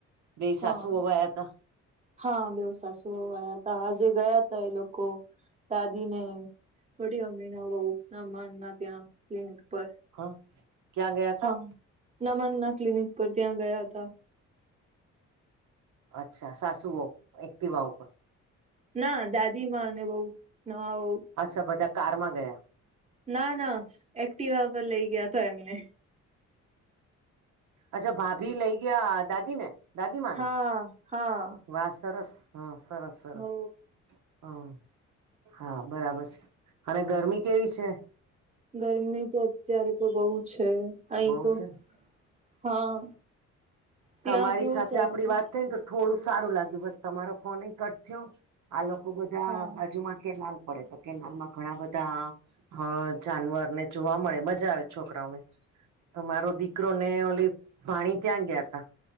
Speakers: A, on the right; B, on the right.
A: બેવુ
B: હા
A: સાસુ વહુ આવ્યા હતા.
B: હા બેવુ સાસુ વવુ આયાતા આજે ગયાતા એ લોકો દાદીને પઠીઓ મીના વવુ સમાજમાં ત્યા પર
A: હા ક્યાં ગયા તા
B: હા નમનના ક્લિનિક પર ત્યાં ગયા હતા.
A: અચ્છા સાસુ બહુ એકટિવા ઉપર.
B: ના દાદી માં ને વવુ નવા વવુ.
A: અચ્છા બધા કારમાં ગયા.
B: ના ના એક્ટિવા પર લઇ ગયાતા એમને
A: અચ્છા ભાભી લઈ ગયા દાદી ને દાદી માને
B: હા હા
A: વાત સરસ હા સરસ સરસ
B: હો
A: હમ હા બરાબર છે અને ગરમી કેવી છે.
B: ગરમી તો અત્યારે તો બહુ છે અહી
A: બહુ
B: તો
A: છે ને
B: હા. ત્યાં
A: તમારી
B: કેવું
A: સાથે
B: ચાલતું
A: આપડી વાત થઈ થોડું સારું લાગ્યું બસ તમારો ફોન એ કટ થયો આ લોકો બધા
B: હા
A: બાજુમાં કે લ પડે તો કેનાલમાં ઘણા બધા હ જાનવર ને જોવા મળે મજા આવે છોકરાઓને તો મારો દીકરો ને ઓલી ભાણી ત્યાં ગયા તા